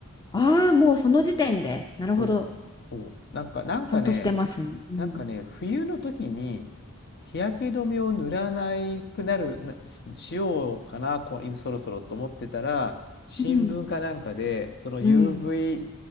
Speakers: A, on the left (about 15°); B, on the left (about 50°).
A: ああ、もうその時点で。なるほど。
B: そう。そう。なんか、なんかね、
A: ちゃんとしてますね。うん。
B: なんかね、冬の時に日焼け止めを塗らないくなる、なしようかな、こ、今そろそろと思ってたら、新聞かなんかで、
A: うん。
B: その UV
A: うん。